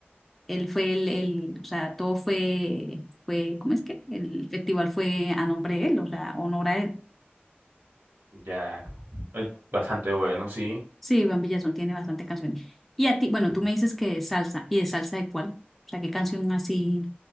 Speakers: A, in the centre; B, on the right.
A: Él fue el, el- o sea, todo fue, fue, ¿cómo es que? El festival fue a nombre de él, o sea, honor a él.
B: Ya, eh, bastante bueno, sí.
A: Sí, Iván Villazón tiene bastantes canciones. Y a ti, bueno,
B: Ujú.
A: tú me dices que de salsa. ¿Y de salsa de cuál? O sea, ¿qué canción así